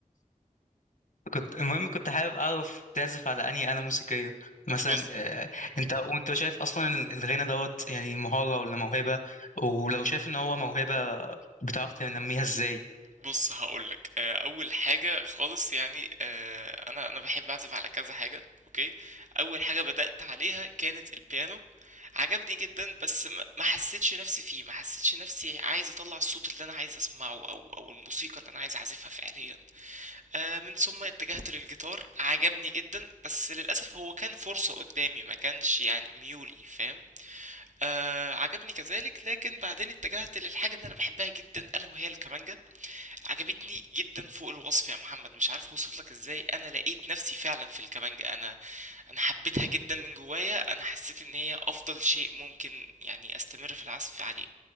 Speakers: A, on the left; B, on the right.
A: كنت المهم كنت حابب أعرف تعزف على أنهي آلة موسيقية مثلا
B: بس
A: آه، أنت وأنت شايف أصلا الغنى دوت يعني مهارة ولا موهبة ولو شايف إن هو موهبة بتعرف تنميها إزاي
B: بص هقولك آه، اول حاجه خالص يعني آه، انا انا بحب اعزف على كذا حاجه اوكي اول حاجه بدات عليها كانت البيانو عجبني جدا بس ما ما حسيتش نفسي فيه ما حسيتش نفسي عايز اطلع الصوت اللي انا عايز اسمعه او او الموسيقى اللي انا عايز اعزفها فعليا آه، من ثم اتجهت للجيتار عجبني جدا بس للاسف هو كان فرصه قدامي ما كانش يعني ميولي فاهم آه عجبني كذلك لكن بعدين اتجهت للحاجة اللي أنا بحبها جدا ألا وهي الكمانجة عجبتني جدا فوق الوصف يا محمد مش عارف اوصف لك ازاي انا لقيت نفسي فعلا في الكمانجة انا انا حبيتها جدا من جوايا انا حسيت ان هي افضل شيء ممكن يعني استمر في العزف عليه